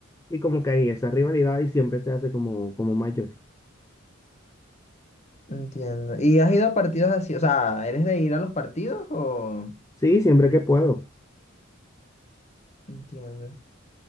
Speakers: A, on the left (about 15°); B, on the left (about 35°).
A: y como que hay esa rivalidad y siempre se hace como, como mayor.
B: Entiendo. ¿Y has ido a partidos así? O sea, ¿eres de ir a los partidos o...?
A: Sí, siempre que puedo.
B: Entiendo.